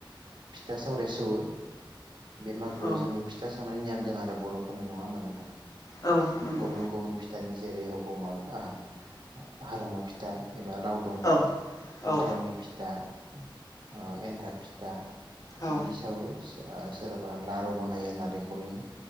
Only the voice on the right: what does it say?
फिथा सावराय सौवो बे मागोआव
जोंनि फिथा सावनाय नेयमजों आरो बर'फोरनि नङा होनबा नोंथां?
गुबुन गुबुन फिथानि जेरै हगमा आहा हारमा फिथ दा एबा लावदुम
ओ
थावनि फिथा ओम एन्थाब फिथा
बिदि सावो सो आरो सोराबा लारु बनायो नारेंखलनि